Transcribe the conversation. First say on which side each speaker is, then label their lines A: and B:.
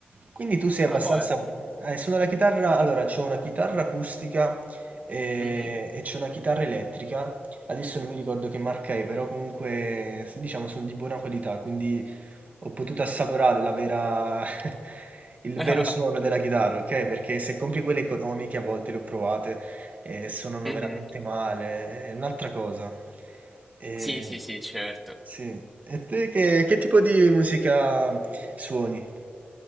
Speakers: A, on the right (about 40°); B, in the centre.
A: quindi tu sei abbastanza...
B: Ah, boia.
A: Eh, suono la chitarra, allora c'ho una chitarra acustica eh,
B: Mhm.
A: e, c'ho una chitarra elettrica, adesso non mi ricordo che marca è, però comunque s- diciamo sono di buona qualità, quindi ho potuto assaporare la vera... <laughs> il
B: <laughs>
A: vero suono della chitarra, ok? Perché se compri quelle economiche a volte le ho provate e suonano
B: Mhm.
A: veramente male, è un'altra cosa. E,
B: Sì, sì, sì, certo.
A: sì. E te che, che tipo di musica suoni?